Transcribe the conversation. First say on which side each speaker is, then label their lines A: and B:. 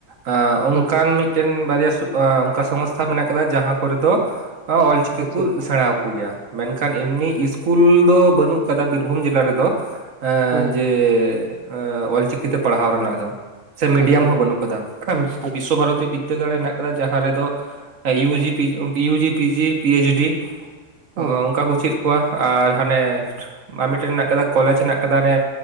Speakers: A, on the right; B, on the right.
A: ᱟᱸ ᱚᱱᱠᱟᱱ
B: ᱟᱪᱪᱷᱟ
A: ᱢᱤᱫᱴᱮᱱ ᱵᱟᱨᱭᱟ ᱚᱱᱠᱟ ᱥᱚᱝᱥᱛᱷᱟ ᱢᱮᱱᱟᱜ ᱟᱠᱟ ᱡᱟᱦᱟᱸ ᱠᱚᱨᱮ ᱫᱚ ᱚᱞ ᱪᱤᱠᱤ
B: ᱟᱪᱪᱷᱟ
A: ᱠᱚ ᱥᱮᱬᱟ ᱠᱚ ᱜᱮᱭᱟ ᱢᱮᱱᱠᱷᱟᱱ ᱮᱢᱱᱤ ᱤᱥᱠᱩᱞ ᱫᱚ ᱵᱟᱹᱱᱩᱜ ᱠᱟᱫᱟ ᱵᱤᱨᱵᱷᱩᱢ ᱡᱮᱞᱟ ᱨᱮᱫᱚ ᱮ
B: ᱦᱮᱸ ᱦᱮᱸ
A: ᱡᱮ ᱮᱸ ᱚᱞᱪᱤᱠᱤᱛᱮ ᱯᱟᱲᱦᱟᱣ ᱨᱮᱱᱟᱜ ᱫᱚ ᱥᱮ ᱢᱤᱰᱤᱭᱟᱢ
B: ᱟᱪᱪᱷᱟ
A: ᱦᱚᱸ ᱵᱟᱹᱱᱩᱜ ᱠᱟᱫᱟ ᱟᱠᱷᱟᱱ
B: ᱟᱪ
A: ᱵᱤᱥᱥᱚ ᱵᱷᱟᱨᱚᱛᱤ ᱵᱤᱫᱽᱫᱟᱹᱜᱟᱲ ᱦᱮᱱᱟᱜ ᱠᱟᱫᱟ ᱡᱟᱦᱟᱸ ᱨᱮᱫᱚ ᱤᱭᱩ
B: ᱚ
A: ᱡᱤ ᱤᱭᱩ ᱡᱤ ᱯ ᱡᱤ ᱯᱤ ᱮᱭᱤᱪ ᱰᱤ ᱚᱸᱻ
B: ᱦᱮᱸ ᱦᱮᱸ
A: ᱚᱱᱠᱟ ᱠᱚ ᱪᱤᱫ ᱠᱚᱣᱟ ᱟᱨ ᱦᱟᱱᱮ ᱟᱨ ᱢᱤᱫᱴᱮᱱ ᱨᱮᱱᱟᱜ ᱠᱚᱞᱮᱡᱽ ᱦᱮᱱᱟᱜ ᱟᱠᱟᱫᱟ ᱚᱱᱮ